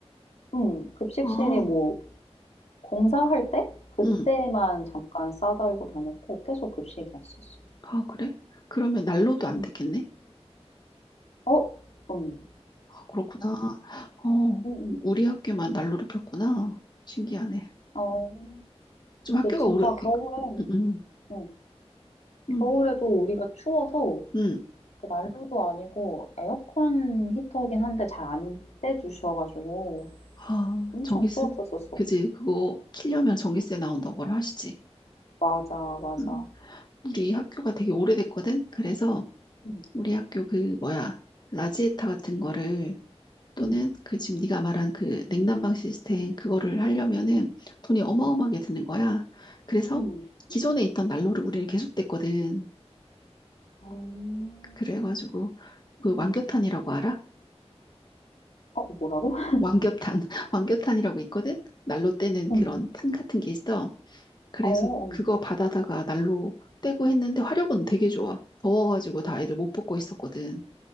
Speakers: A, on the left; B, on the left.
A: 음 급식실이
B: 아,
A: 뭐 공사할 때 그때만
B: 응.
A: 잠깐 싸 들고 다녔고 계속 급식이었었어.
B: 아, 그래? 그러면 난로도 안
A: 음.
B: 됐겠네?
A: 어 음.
B: 아, 그렇구나. 어,
A: 음음.
B: 우리 학교만 난로를 폈구나. 신기하네.
A: 어.
B: 좀
A: 근데
B: 학교가
A: 진짜
B: 오래,
A: 겨울에
B: 응,
A: 음
B: 응,
A: 겨울에도 우리가 추워서
B: 응.
A: 그 난로도 아니고 에어컨 히터긴 한데 잘 안 떼 주셔 가지고
B: 아,
A: 엄청
B: 전기세,
A: 추웠었었어.
B: 그지? 그거 키려면 전기세 나온다고 하시지.
A: 맞아, 맞아.
B: 응. 우리 학교가 되게 오래됐거든? 그래서
A: 음.
B: 우리 학교 그 뭐야 라지에타 같은 거를 또는
A: 음.
B: 그 지금 네가 말한 그 냉난방 시스템 그거를 하려면은 돈이 어마어마하게
A: 음.
B: 드는 거야. 그래서
A: 음.
B: 기존에 있던 난로를 우리는 계속 뗐거든.
A: 어.
B: 그래가지고 그 왕겨탄이라고
A: 음.
B: 알아?
A: 어 뭐라고? <laughs>
B: 왕겨탄, <laughs> 왕겨탄이라고 있거든. 난로 떼는
A: 음음.
B: 그런 탄 같은 게 있어. 그래서
A: 어 음.
B: 그거 받아다가 난로 떼고 했는데 화력은 되게 좋아. 더워가지고 다 애들 못 뽑고 있었거든.